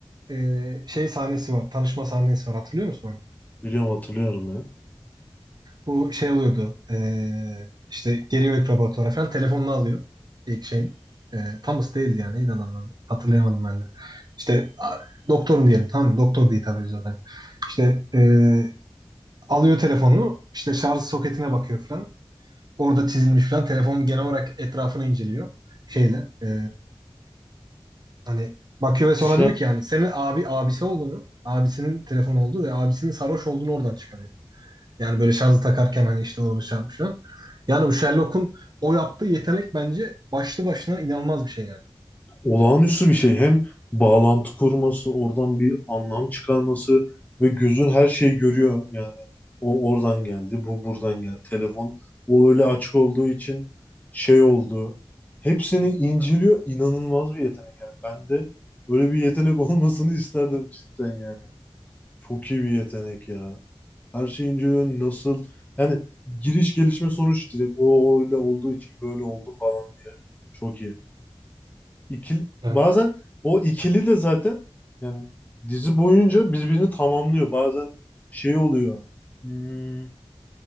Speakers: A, on the right; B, on the left.
A: ee, şey sahnesi var. Tanışma sahnesi var. Hatırlıyor musun onu?
B: Biliyorum hatırlıyorum ya.
A: Bu şey oluyordu. ee, işte geliyor ilk laboratuvara falan. Telefonunu alıyor. ilk şeyin. Ee, Thomas değildi yani. Neydi adamın adı? Hatırlayamadım ben de. İşte a- doktorun diyelim. Tamam mı? Doktor diye hitap ediyor zaten. İşte ee, Alıyor telefonu işte şarj soketine bakıyor falan. Orada çizilmiş falan. Telefon genel olarak etrafını inceliyor şeyle. Ee, hani bakıyor ve sonra
B: Dışarı
A: diyor ki yani senin abi abisi olduğunu, abisinin telefon olduğu ve abisinin sarhoş olduğunu oradan çıkarıyor. Yani böyle şarjı takarken hani işte orada şey yapmış falan. Yani bu Sherlock'un o yaptığı yetenek bence başlı başına inanılmaz bir şey yani.
B: olağanüstü bir şey. Hem bağlantı kurması, oradan bir anlam çıkarması ve gözün her şeyi görüyor. Yani o oradan geldi, bu buradan geldi. Telefon o öyle açık olduğu için şey oldu. Hepsini inceliyor. İnanılmaz bir yetenek. Yani ben de böyle bir yetenek <laughs> olmasını isterdim cidden yani. Çok iyi bir yetenek ya. Her şeyi inceliyor. Nasıl? Yani giriş gelişme sonuç direkt o öyle olduğu için böyle oldu falan diye. Çok iyi. İkili,
A: Yani
B: bazen o ikili de zaten yani dizi boyunca birbirini tamamlıyor. Bazen şey oluyor. Hmm,